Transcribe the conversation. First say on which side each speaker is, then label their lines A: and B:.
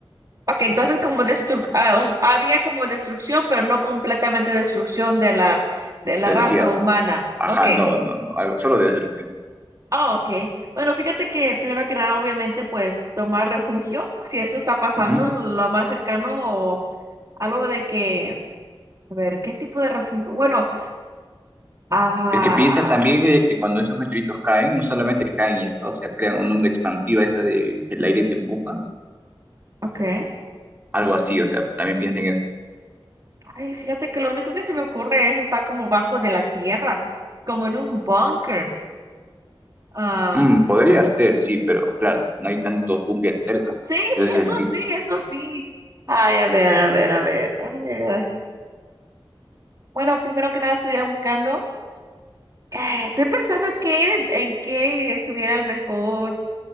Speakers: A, on the right (about 40°); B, on the right (about 20°).
A: Ok, entonces como destru ah, um, había como destrucción, pero no completamente destrucción de la, de la
B: De
A: raza
B: la Tierra.
A: humana.
B: Ajá,
A: Ok.
B: no, no, no, algo, solo de destrucción.
A: Ah, ok. Bueno, fíjate que primero que nada, obviamente, pues tomar refugio, si eso está pasando,
B: Ujú.
A: lo más cercano o algo de que A ver, ¿qué tipo de refugio? Bueno, ah,
B: Es que piensa también eh, que cuando esos meteoritos caen, no solamente caen y hasta, o sea, crean una onda expansiva esa de que el aire te empuja,
A: ok.
B: Algo así, o sea, también piensen eso.
A: Ay, fíjate que lo único que se me ocurre es estar como bajo de la tierra, como en un búnker. Ah,
B: Mm, podría ser, sí, pero claro, no hay tantos búnkeres cerca.
A: sí, <laughs>
B: Ese
A: eso
B: es el chiste.
A: sí, eso sí. Ay, a ver, a ver, a ver. Ay, ay, ay. Bueno, primero que nada estuviera buscando. eh, estoy pensando qué, en qué estuviera el mejor